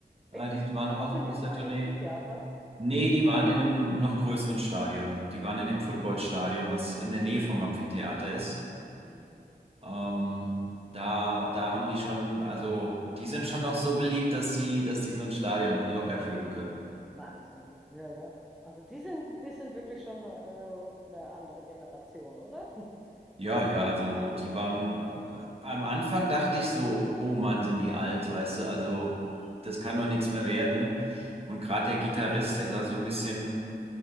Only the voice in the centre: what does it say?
echt.
Auch
in
diesem Amphitheater.
Mhm.
Wahnsinn. Ja, ja. Also die sind, die sind wirklich schon äh, eine andere Generation, oder? <laughs>
Mhm.